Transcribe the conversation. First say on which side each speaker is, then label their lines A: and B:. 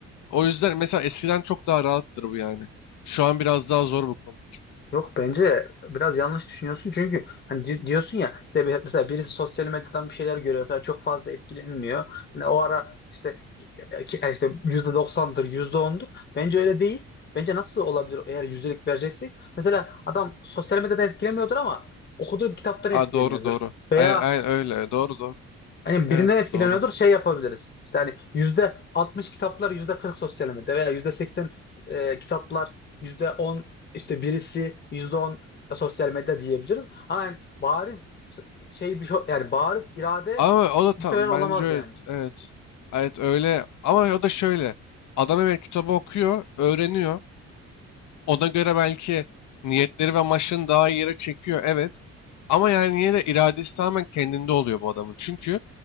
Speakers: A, on the left; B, on the left.
A: O yüzden mesela eskiden çok daha rahattır bu yani. Şu an biraz daha zor bu konular.
B: Yok bence biraz yanlış düşünüyorsun çünkü hani di- diyorsun ya mesela, bir- mesela birisi sosyal medyadan bir şeyler görüyor falan çok fazla etkilenmiyor. Hani o ara işte e, ki- e, işte %90'dır %10'dur. Bence öyle değil. Bence nasıl olabilir eğer yüzdelik vereceksek? Mesela adam sosyal medyadan etkilemiyordur ama okuduğu bir kitaptan etkileniyordur.
A: Aa, doğru doğru.
B: Veya
A: Ay, ay, öyle doğru doğru.
B: Hani
A: Evet
B: birinden etkileniyordur
A: doğru.
B: şey yapabiliriz. İşte hani yüzde 60 kitaplar yüzde 40 sosyal medyada veya yüzde 80 e, kitaplar yüzde 10 işte birisi yüzde 10 sosyal medya diyebiliriz. Ama yani bariz şey bir şey yani bariz irade
A: Ama o da tam
B: muhtemelen olamaz
A: bence öyle.
B: yani.
A: Evet. Evet öyle. Ama o da şöyle. Adam evet kitabı okuyor, öğreniyor. Ona göre belki niyetleri ve amaçlarını daha iyi yere çekiyor. Evet. Ama yani yine de iradesi tamamen kendinde oluyor bu adamın. Çünkü